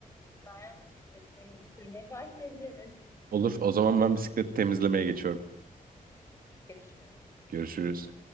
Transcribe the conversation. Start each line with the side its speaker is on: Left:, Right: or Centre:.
Left: bayan bisikletlerimizi sürmeye başlayabiliriz.
Right: Olur. O zaman ben bisiklet temizlemeye geçiyorum.
Left: Tamam, hadi görüşürüz.
Right: Görüşürüz.